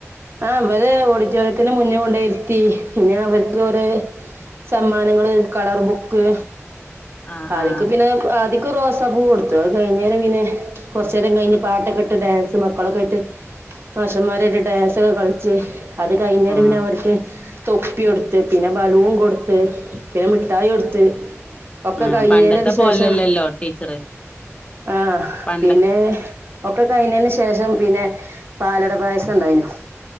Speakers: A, on the right; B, on the left.
A: ആഹ് അവരെ ഓഡിറ്റോറിയത്തിന് മുന്നെ കൊണ്ടയിരുത്തി പിന്നെ അവർക്ക് ഒര് സമ്മാനങ്ങള് കളർ ബുക്ക്
B: ആഹ്
A: അതൊക്കെ
B: ആഹ്
A: പിന്നെ ആദിക്ക് റോസാപ്പൂ കൊടുത്തു അത് കഴിഞ്ഞേരം പിന്നെ കുറച്ച് നേരം കഴിഞ്ഞ് പാട്ടൊക്കെ ഇട്ട് ഡാൻസ് മക്കളൊക്കെ ആയിട്ട് മാഷന്മാരായിട്ട് ഡാൻസൊക്കെ കളിച്ച് അത് കഴിഞ്ഞേരം
B: ആഹ്
A: പിന്നെ അവർക്ക് തൊപ്പി കൊടുത്ത് പിന്നെ ബലൂൺ കൊടുത്ത് പിന്നെ മിഠായി കൊടുത്ത് ഒക്കെ
B: ആഹ്
A: കഴിഞ്ഞേതിന്
B: പണ്ടത്തെ പോലെല്ലല്ലോ
A: ശേഷം
B: ടീച്ചറ്
A: ആഹ്
B: പണ്ട്
A: പിന്നെ ഒക്കെ കഴിഞ്ഞതിന് ശേഷം പിന്നെ പാലട പായസം ഉണ്ടായിനു